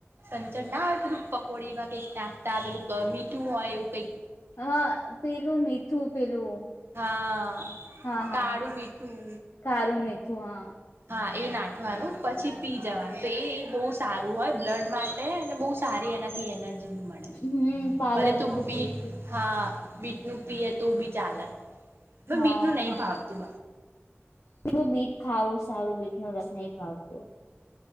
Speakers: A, on the right; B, on the left.
A: સંચળ ના આવે પેલું પકોડીમાં કઈક નાકતા પેલું મીઠું હોય એવું કઈક
B: હા પેલું મીઠું પેલું
A: હા
B: હા
A: કાળું
B: હા
A: મીઠું
B: કારું મે તું હા
A: હા એ નાખવાનું પછી પી જવાનું તો એ બહુ સારું હોય બ્લડ માટે અને બહુ સારી એનાથી એનર્જી બી મળે
B: હમ પાલક
A: ભલે તું
B: શું
A: બીટ
B: પીધું
A: હા બીટ નું પીએ તો બી ચાલે
B: હા
A: બીટ ન નહીં ભાવતું
B: પલું બીટ ખાવું સારું બીટ નો રસ નહી ભાવતું